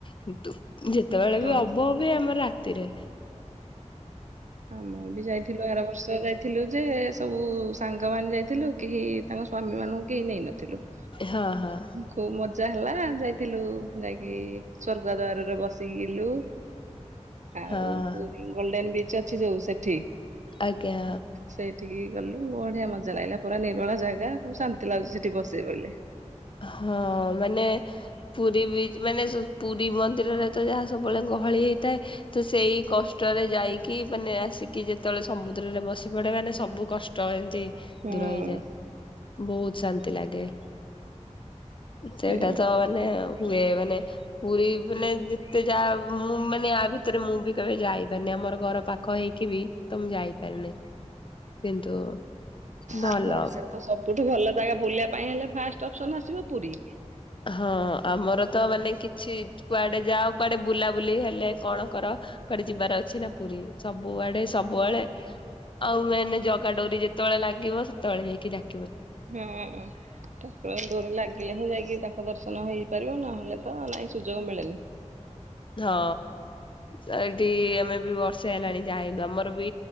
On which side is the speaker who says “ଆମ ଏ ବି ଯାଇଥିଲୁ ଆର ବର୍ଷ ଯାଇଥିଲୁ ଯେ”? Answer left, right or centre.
Right